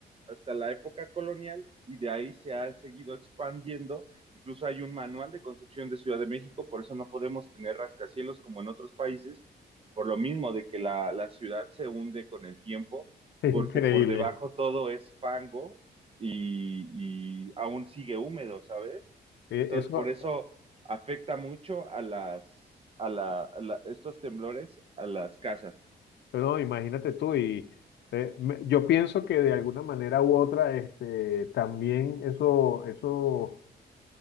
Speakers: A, on the right; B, on the left.
A: hasta la época colonial y de ahí se ha seguido expandiendo. Incluso hay un manual de construcción de Ciudad de México, por eso no podemos tener rascacielos como en otros países, por lo mismo de que la, la ciudad se hunde con el tiempo,
B: es
A: porque
B: increíble.
A: por debajo todo es fango y, y aún sigue húmedo, ¿sabes?
B: Eh,
A: Entonces,
B: eso,
A: por eso afecta mucho a las, a, la, a la, estos temblores a las casas,
B: pero imagínate tú, y eh, me- yo pienso que de alguna manera u otra, este, también eso, eso